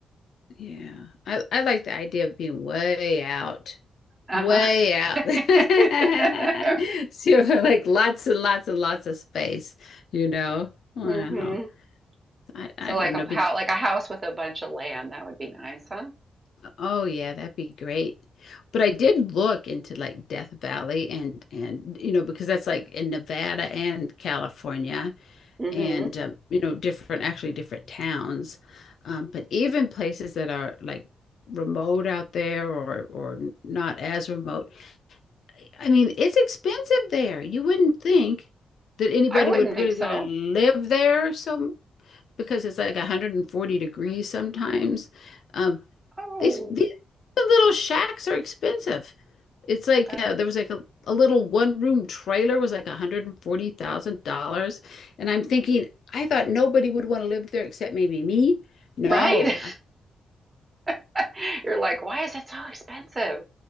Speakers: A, on the left (about 70°); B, on the right (about 30°).
A: Yeah. I, I like the idea of being way out,
B: Uh-huh.
A: way out.
B: <laughs>
A: <laughs> So like lots and lots and lots of space, you know? Wow.
B: hmm
A: I, I
B: So
A: don't
B: like a
A: know, but
B: how like a house with a bunch of land that would be nice, huh?
A: oh yeah, that'd be great. But I did look into like Death Valley and and you know, because that's like in Nevada and California.
B: hmm
A: and um, you know different actually different towns um, but even places that are like remote out there or or not as remote I mean it's expensive there you wouldn't think that anybody
B: I wouldn't
A: would
B: think
A: really
B: so.
A: want to live there so because it's like 140 degrees sometimes um,
B: Oh,
A: these these little shacks are expensive it's like
B: that
A: uh, there was like a, a little one room trailer was like $140,000. And I'm thinking, I thought nobody would want to live there except maybe me. No.
B: right.
A: I,
B: <laughs> You're like, why is it so expensive?